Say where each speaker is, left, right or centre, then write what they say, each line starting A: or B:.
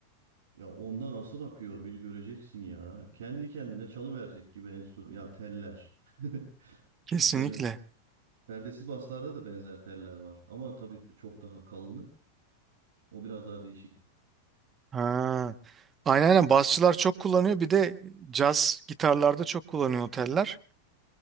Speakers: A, on the right; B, on the right.
A: Ya onda nasıl akıyor bir göreceksin ya. Kendi kendine çalıverecek gibi enstrüman ya teller. <laughs>
B: kesinlikle.
A: Garip. Perdesiz baslarda da benzer teller var ama tabii çok daha kalını. O biraz daha değişik.
B: Ha. Aynen aynen. Basçılar çok kullanıyor. Bir de caz gitarlarda çok kullanıyor oteller.